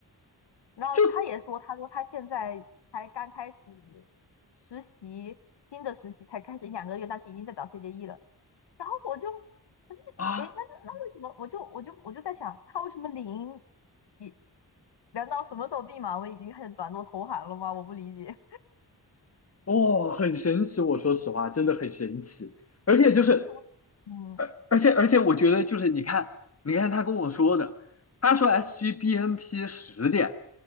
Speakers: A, on the left; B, on the left.
A: 然后他也说，
B: 就
A: 他说他现在才刚开始实习，新的实习才开始一两个月，但是已经在找 CDE 了。然后我就我就是，
B: 啊，
A: 诶，那那那为什么我就我就我就在想，他为什么零一难道什么时候闭嘛？我已经开始转做投行了吗？我不理解，
B: 哦，很神奇，我说实话，真的很神奇，
A: <laughs>
B: 而且就是
A: 本身什么嗯，
B: 而且而且我觉得就是你看，你看他跟我说的，他说 SGBNP 十点，